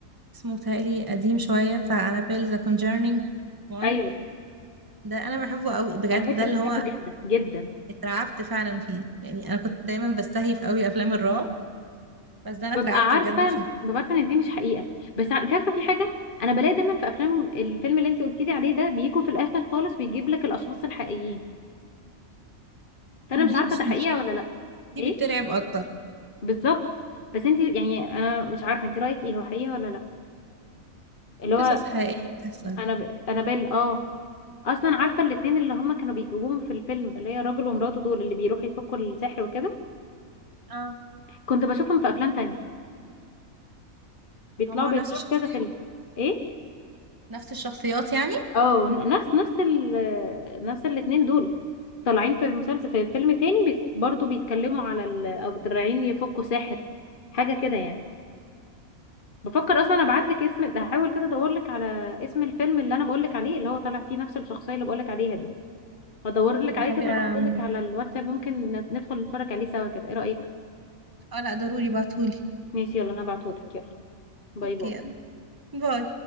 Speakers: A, on the right (about 15°); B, on the left (about 40°).
A: اسمه تالي قديم شويه بتاع انابيل ذا كونجرنينج 1
B: ايوه
A: ده انا بحبه قوي بجد
B: على فكرة
A: ده اللي هو
B: بحبه جدا جدا
A: اترعبت فعلا فيه يعني انا كنت دايما بستهيف قوي افلام الرعب بس ده انا
B: ببقى
A: اترعبت
B: عارفه
A: بجد فيه
B: ببقى عارفه ان دي مش حقيقه بس ع- انت عارفه في حاجه انا بلاقي دايما في افلام الفيلم اللي انت قلتي لي عليه ده بيجوا في الاخر خالص بيجيب لك الاشخاص الحقيقيين فانا مش
A: دي
B: عارفه
A: بقى
B: ده حقيقه
A: دي
B: ولا لا ايه
A: دي بترعب اكتر
B: بالظبط بس انت يعني انا مش عارفه انت رايك ايه هو حقيقه ولا لا اللي هو
A: قصص حقيقيه بتحصل
B: انا ب... انا بال اه اصلا عارفه الاتنين اللي هما كانوا بيجيبوهم في الفيلم اللي هي راجل ومراته دول اللي بيروحوا يفكوا السحر وكده
A: اه
B: كنت بشوفهم في افلام تانية بيطلعوا
A: هو ما
B: بيصوروا
A: هو نفس الشخصيه
B: في كذا فيلم ايه
A: نفس الشخصيات يعني
B: اه ن- نفس نفس ال نفس الاتنين دول طالعين في مسلسل في فيلم تاني بيت برضو بيتكلموا على ال... او طالعين يفكوا ساحر حاجة كده يعني بفكر اصلا ابعت لك اسم هحاول كده ادور لك على اسم الفيلم اللي انا بقول لك عليه اللي هو طالع فيه نفس الشخصية اللي بقول لك عليها دي هدور لك
A: ده
B: عليه
A: حاجه
B: كده وابعته لك
A: مهمه
B: على الواتساب ممكن ندخل نتفرج عليه سوا كده ايه رأيك
A: اه لا ضروري بعتهولي
B: ماشي يلا انا هبعته لك يلا باي
A: اوكي
B: باي
A: باي